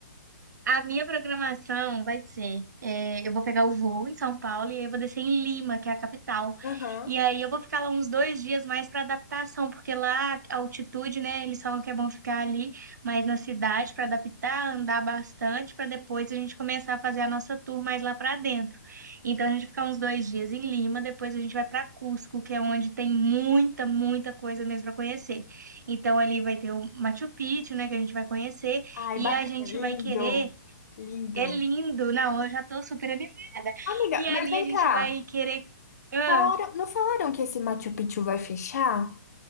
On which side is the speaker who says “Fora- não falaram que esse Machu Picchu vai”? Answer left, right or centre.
Left